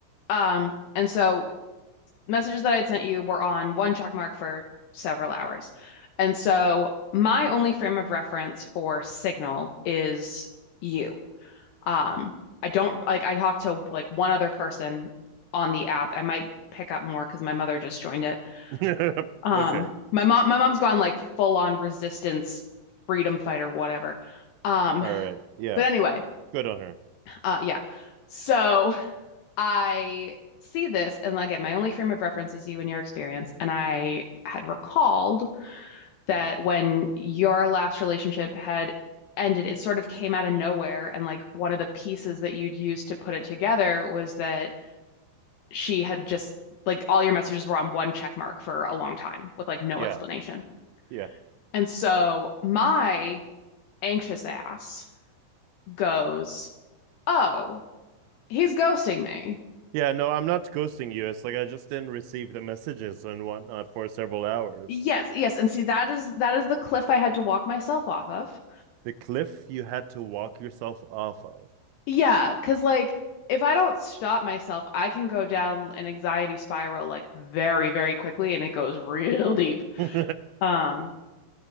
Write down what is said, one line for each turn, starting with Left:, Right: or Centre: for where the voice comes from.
Left: Um, and so messages that I had sent you were on one check mark for several hours. And so my only frame of reference for Signal is you. Um, I don't like I talked to like one other person on the app. I might pick up more because my mother just joined it.
Right: <laughs>
Left: Um,
Right: Okay.
Left: my mom my mom's gone like full on resistance freedom fighter whatever. Um,
Right: All right. Yeah.
Left: but anyway,
Right: Good on her.
Left: uh yeah. So I see this, and like, again, my only frame of reference is you and your experience. And I had recalled that when your last relationship had ended, it sort of came out of nowhere. And like one of the pieces that you'd used to put it together was that she had just like all your messages were on one check mark for a long time with like no
Right: Yeah.
Left: explanation.
Right: Yeah.
Left: And so my anxious ass goes, Oh, he's ghosting me.
Right: Yeah, no, I'm not ghosting you. It's like I just didn't receive the messages and whatnot for several hours.
Left: Yes, yes, and see that is that is the cliff I had to walk myself off of.
Right: The cliff you had to walk yourself off of.
Left: Yeah, 'cause like if I don't stop myself, I can go down an anxiety spiral like very, very quickly and it goes real deep.
Right: <laughs> Sorry,
Left: Um,